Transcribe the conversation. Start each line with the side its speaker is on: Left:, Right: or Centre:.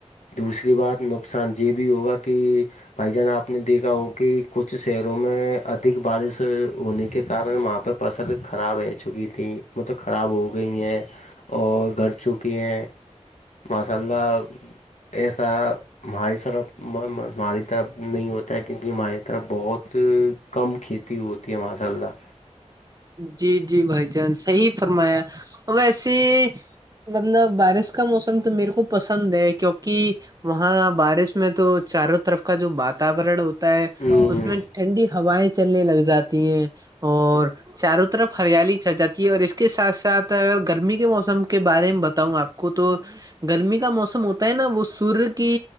Left: دوسری بات نقصان یہ بھی ہوگا کہ- بھائی جان آپ نے دیکھا ہو کہ کچھ شہروں میں ادھک بارش ہونے کے کار آپ- پہ فصل خراب رہ چکی تھی وہ توب خراب ہو گئی ہے- اور گھر چوکی ہیں ماشاء اللہ- ایسا مائی سرپ ہماری طرف نہیں ہوتا ہے کیونکہ ہماری طرف بہت کم کھیتی- ہوتی ہے ماشاء اللہ-
Right: جی-جی بھائی جان صحی فرمایا اور ویسے مطلب بارش کا موسم تو میرے کو پسند ہے کیونکہ- وہاں بارش میں تو چاروں طرف کا جو وااتاورن- ہوتا ہے
Left: ہ
Right: اس میں ٹھنڈی ہوائیں چلنے لگ جاتی ہیں- اور
Left: ٹھیک ہے
Right: چاروں طرف ہریالی چل جاتی ہے اور اس کے ساتھ ساتھ- اگر گرمی کے موسم کے بارے میں بتاؤں آپ کو تو- گرمی کا موسم ہوتا ہے نا وہ سور کی